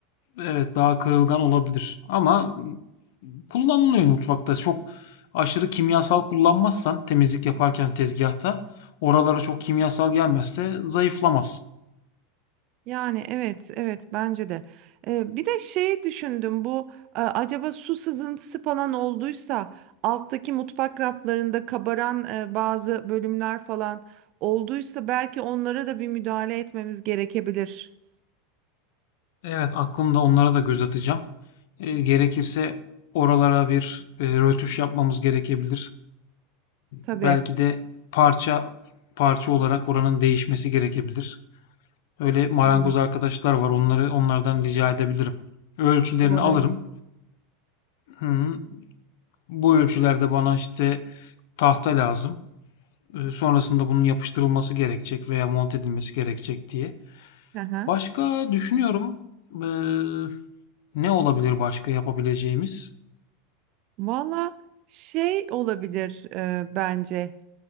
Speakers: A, on the left (about 70°); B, on the right (about 45°).
A: evet daha kırılgan olabilir. Ama Kullanılıyor mutfakta. Çok aşırı kimyasal kullanmazsan temizlik yaparken tezgahta oralara çok kimyasal gelmezse zayıflamaz.
B: yani evet evet bence de. E, bir de şeyi düşündüm bu e, acaba su sızıntısı falan olduysa alttaki mutfak raflarında kabaran e, bazı bölümler falan olduysa belki onlara da bir müdahale etmemiz gerekebilir.
A: Evet, aklımda onlara da göz atacağım. Eee, gerekirse oralara bir, eee, rötuş yapmamız gerekebilir.
B: Tabii.
A: Belki de parça parça olarak oranın değişmesi gerekebilir. Öyle marangoz
B: Doğru.
A: arkadaşlar var. Onları onlardan rica edebilirim. Ölçülerini
B: Doğru.
A: alırım. Hı, bu ölçülerde bana işte tahta lazım. e, sonrasında bunun yapıştırılması gerekecek veya monte edilmesi gerekecek diye.
B: Hı hı.
A: Başka düşünüyorum eee, ne olabilir başka yapabileceğimiz?
B: Valla şey olabilir e, bence.